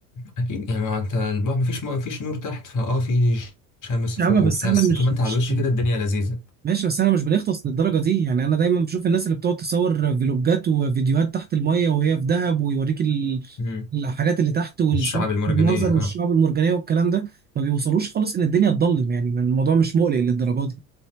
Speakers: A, on the left (about 40°); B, on the right (about 20°).
A: اكيد يعني ما انت البحر مفيش مفيش نور تحت فاه في شمس
B: يا
A: فوق
B: عم بس
A: وبتاع
B: احنا
A: بس
B: مش
A: طول ما انت
B: مش
A: على الوش كده الدنيا لذيذه
B: ماشي بس انا مش بنغطس للدرجه دي يعني انا دايما بشوف الناس اللي بتقعد تصور فيلوجات وفيديوهات تحت الميه وهي في دهب ويوريك ال-
A: مم.
B: الحاجات اللي تحت والسمك
A: الشعب المرجانيه
B: والمنظر والشعاب
A: اه
B: المرجانيه والكلام ده ما بيوصلوش خالص ان الدنيا تضلم يعني الموضوع مش مقلق للدرجه دي